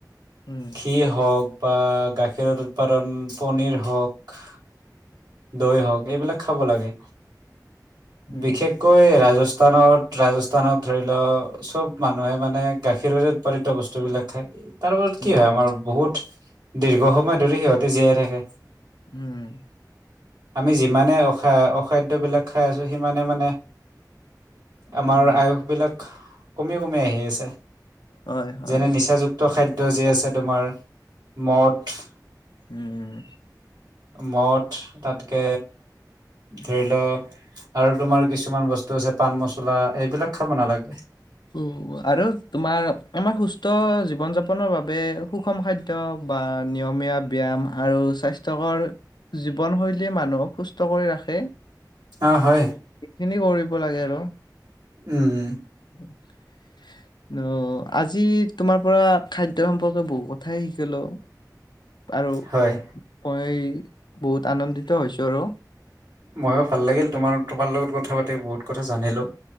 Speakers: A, on the left (about 80°); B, on the right (about 70°).
A: উম
B: ঘী হওঁক বা গাখীৰত উৎপাদন পনীৰ হওঁক, দৈ হওঁক এইবিলাক খাব লাগে।
A: উম
B: বিশেষকৈ ৰাজস্ স্থানত- ৰাজস্থানত ধৰি লওঁ, চব মানুহে মানে গাখীৰেৰে উৎপাদিত বস্তুবিলাক খায়। তাৰ ওপৰত
A: উম
B: কি হয় আমাৰ
A: উম
B: বহুত দীৰ্ঘ সময় ধৰি সিহঁতে জীয়াই থাকে।
A: উম
B: আমি যিমানে অখা-অখাদ্যবিলাক খাই আছো সিমানে মানে আমাৰ
A: উম
B: আয়ুস বিলাক। কমি কমি আহি আছে।
A: হয় হয়
B: যেনে নিচাযুক্ত খাদ্ ত' যি আছে তোমাৰ, মদ।
A: উম
B: মদ তাতকে ধৰি ল আৰু তোমাৰ কিছুমান বস্ তছে পাণ-মচলা এইবিলাক খাব নালাগে।
A: উ, আৰু তোমাৰ আমাৰ সুস্থ জীৱন যাপনৰ বাবে সুষম খাদ্য বা নিয়মীয়া ব্যায়াম আৰু স্বাস্ স্থ্যকৰ জীৱনশৈল লী মানুহক সুস্থ কৰি ৰাখে।
B: অ হয়
A: খিনি কৰিব লাগে আৰু
B: উম
A: অ', আজি তোমাৰ পৰা খাদ্য সম্পৰ্কে বহু কথাই শিকিলো আৰু
B: হয়।
A: মই বহুত আনন্দিত হৈছো আৰু
B: ময়ো ভাল লাগিল তোমাৰ তোমাৰ লগত কথা পাতি বহুত কথা জানিলোঁ।